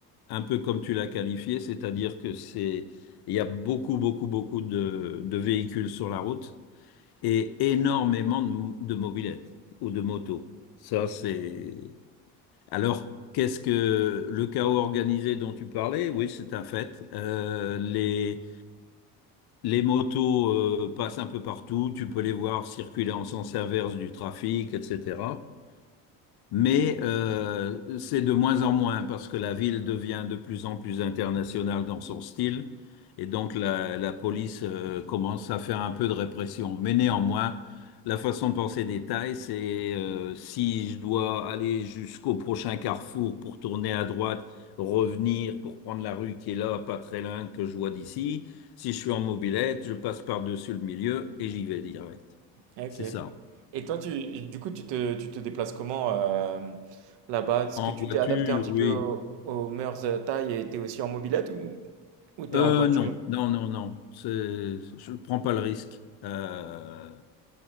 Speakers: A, on the left; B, on the right.
A: un peu comme tu l'as qualifié, c'est-à-dire que c'est, il y a beaucoup, beaucoup, beaucoup de, de véhicules sur la route et énormément de, mo- de mobylettes ou de motos. Ça, c'est... Alors, qu'est-ce que le chaos organisé dont tu parlais? Oui, c'est un fait. Euh, les, les motos euh, passent un peu partout, tu peux les voir circuler en sens inverse du trafic, etc. Mais euh, c'est de moins en moins parce que la ville devient de plus en plus internationale dans son style et donc la, la police euh, commence à faire un peu de répression. Mais néanmoins, la façon de penser des Thaïs, c'est euh, si je dois aller jusqu'au prochain carrefour pour tourner à droite, revenir pour prendre la rue qui est là, pas très loin que je vois d'ici. Si je suis en mobilette, je passe par-dessus le milieu et j'y vais direct.
B: Ok.
A: C'est ça.
B: Et toi, tu, du coup, tu te, tu te déplaces comment euh, là-bas? Est-ce
A: En
B: que tu
A: voiture,
B: t'es adapté un petit
A: oui.
B: peu aux, aux mœurs euh, thaï et t'es aussi en mobilette ou, ou t'es
A: Euh,
B: en voiture?
A: non, non, non, non. C'est, je ne prends pas le risque. Euh,